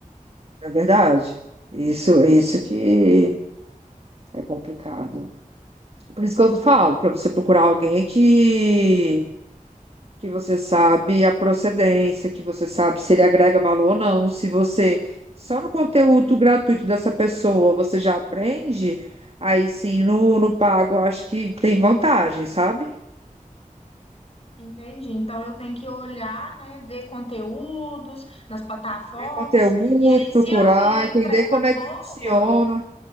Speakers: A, on the right; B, on the left.
A: É verdade. Isso, isso que É complicado. Por isso que eu falo, para você procurar alguém que que você sabe a procedência, que você sabe se ele agrega valor ou não, se você só no conteúdo gratuito dessa pessoa você já aprende, aí sim no, no pago eu acho que tem vantagem, sabe?
B: Entendi. Então eu tenho que olhar, né, ver conteúdos nas plataformas,
A: Ver conteúdo,
B: e aí se
A: procurar,
B: eu ver a entrega
A: entender como é
B: boa,
A: que funciona.